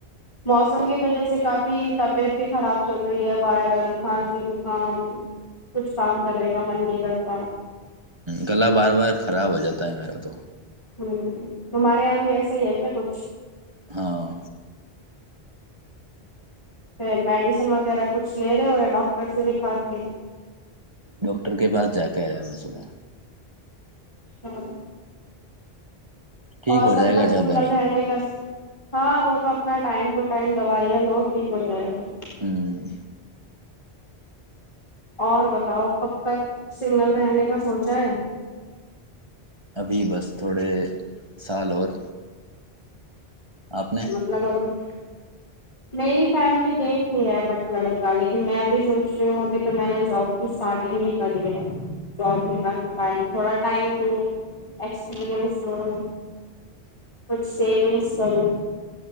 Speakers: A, on the left (about 30°); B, on the right (about 25°).
A: موسم کی وجہ سے کافی طبیعت بھی خراب چل رہی ہے وائرل کھانسی زکام کچھ کام کرنے کا من نہیں کرتا
B: گلا بار بار خراب ہو جاتا ہے میرا تو
A: ہوں تمہارے یہاں بھی ایسا ہی ہے کیا کچھ
B: ہاں
A: پھر میڈیسن وغیرہ کچھ لے رہے ہو ڈاکٹر سے دکھا کے
B: ڈاکٹر کے پاس جا کے آیا م صبح
A: ہاں
B: ٹھیک
A: اور
B: ہو
A: کب
B: جائے
A: تک
B: گا زیادہ
A: سنگل
B: نہیں
A: رہنے کا ہاں وہ تو اپنا ٹائم ٹو ٹائم دوائی ہے ل ٹھیک ہو جائےیں گی
B: ہوں
A: اور بتاؤ کب تک سگنل رہنے کا سوچا ہے
B: ابھی بس تھوڑے سال اور آپ نے
A: مطلب میری فیملی دیکھ رہ ہے پٹن ل کا لیکن میں اب سوچ رہی ہوں ابھی تو میں نے جاب کی اسٹارٹنگ ہی کری ہے جاب میں کافی ٹم تھڑا ٹائم لوں ایکسپرینس لوں کچھ سیونگس کروں